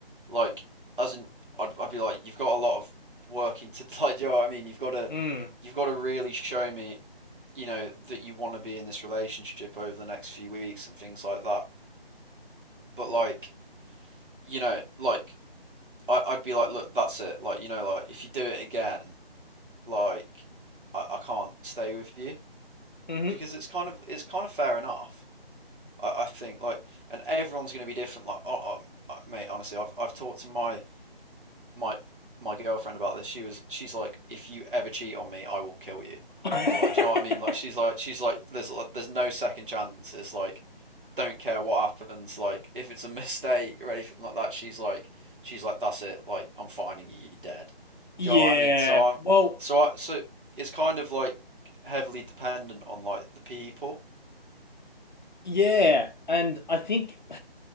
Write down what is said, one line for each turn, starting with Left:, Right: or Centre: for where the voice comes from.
Right: like as in I'd I'd be like you've got a lot of working to <laughs> like do you know what I mean? You've got to
Left: mm,
Right: you've got to really show me, you know, that you want to be in this relationship over the next few weeks and things like that. But like, you know, like I, I'd be like, look, that's it. Like, you know, like if you do it again, like I, I can't stay with you
Left: mm-hmm.
Right: because it's kind of it's kind of fair enough. I, I think like, and everyone's going to be different. Like, oh, mate, honestly, I've I've talked to my my my girlfriend about this. She was she's like, if you ever cheat on me, I will kill you.
Left: <laughs>
Right: Like, do you know what I mean? Like, she's like she's like there's like, there's no second chances. Like, don't care what happens. Like, if it's a <laughs> mistake or anything like that, she's like she's like that's it. Like, I'm finding you. You're dead.
Left: Yeah.
Right: Do you know what I mean? So I'm
Left: Well,
Right: so I so it's kind of like heavily dependent on like the people.
Left: yeah. And I think